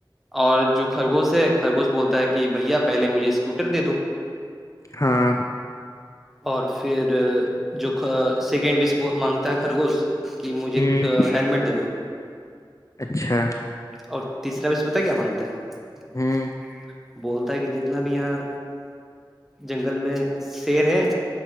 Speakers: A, in the centre; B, on the left.
A: اور جو خرگوش ہے خرگوش بولتا ہے کہ بھیا پہلے مجھے اسکوٹر دے دو
B: ہاں
A: اور پھر جو سیکنڈ وس مانگتا ہے خرگوش کہ مجھے
B: ہ
A: ہیللمٹ دے دو
B: اچھا
A: اور تیسرا بش بت کیا مانگتا ہے
B: ہ
A: بولتا ہے کہ جتنا بھی یہاں جنگل میں شیر ہے